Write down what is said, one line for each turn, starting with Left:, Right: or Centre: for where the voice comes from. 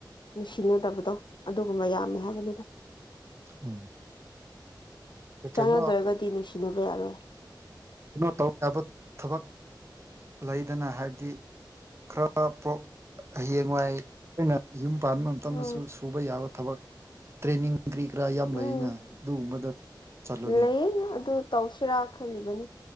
Left: ꯅꯨꯡꯁꯤꯅꯗꯕꯗꯣ ꯑꯗꯨꯒꯨꯝꯕ ꯌꯥꯝꯃꯦ ꯍꯥꯏꯕꯅꯤꯗ
Right: ꯑꯣ ꯀꯩꯀꯩꯅꯣ
Left: ꯆꯥꯟꯅꯗ꯭ꯔꯒꯗꯤ ꯅꯨꯡꯁꯤꯅꯕ ꯌꯥꯔꯣꯏ
Right: ꯀꯩꯅꯣ ꯇꯧꯗꯕ ꯊꯕꯛ ꯂꯩꯗꯅ ꯍꯥꯏꯕꯗꯤ ꯈꯔ ꯄꯣꯛ ꯍꯌꯦꯡꯋꯥꯏ ꯑꯩꯅ ꯌꯨꯝ ꯄꯥꯟꯕ ꯃꯇꯝꯗꯁꯨ
Left: ꯎꯝ
Right: ꯁꯨꯕ ꯌꯥꯕ ꯊꯕꯛ ꯇ꯭ꯔꯦꯅꯤꯡ ꯀ꯭ꯔꯤ ꯀ꯭ꯔꯥ ꯌꯥꯝ ꯂꯩꯅ
Left: ꯎꯝ
Right: ꯑꯗꯨꯒꯨꯝꯕꯗ ꯆꯠꯂꯨꯅꯦ
Left: ꯂꯩꯌꯦ ꯑꯗꯨ ꯇꯧꯁꯤꯔꯥ ꯈꯜꯂꯤꯕꯅꯤ